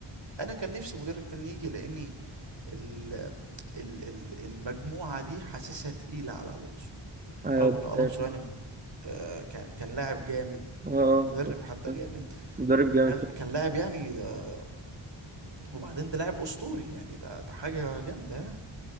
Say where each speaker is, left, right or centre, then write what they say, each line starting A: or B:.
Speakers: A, on the right; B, on the right.
A: انا كان نفسي مدرب تاني يجي لاني ال ال- ال- المجموعة دي حاسسها تقيلة على الونسو
B: ايوه
A: رغم
B: دي
A: ان الونسو
B: حقيقة فعلا.
A: يعني آه، كان كان لاعب جامد
B: اه
A: ومدرب
B: آه، طب
A: حتى
B: آه،
A: جامد
B: مدرب
A: وكان
B: جامد فعلا.
A: كان لاعب يعني ده وبعدين ده لاعب اسطوري يعني ده ده حاجه جامده يعني